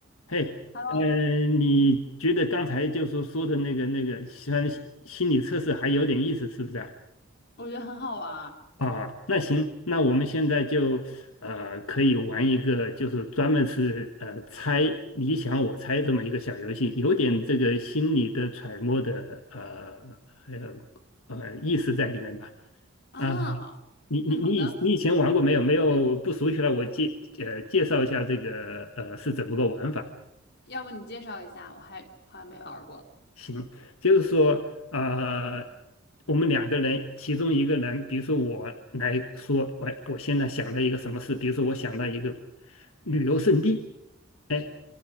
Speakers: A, on the left; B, on the left.
A: 嘿，
B: Hello，
A: 呃，你觉得刚才就说说的那个那个，虽然心心理测试还有点意思，是不是啊？
B: 我觉得很好玩儿
A: 啊，那行，那我们现在就呃可以玩一个，就是专门是呃猜你想我猜这么一个小游戏，有点这个心理的揣摩的呃呃呃意思在里面吧？
B: 啊。
A: 啊，你你你以你以前玩过没有？
B: 那好的，
A: 没有不熟悉了，我介呃介绍一下这个呃是怎么个玩法。
B: 要不你介绍一下？我还好像没玩儿过。
A: 行，就是说，呃，我们两个人，其中一个人，比如说我来说，喂，我现在想到一个什么事，比如说我想到一个旅游胜地，哎，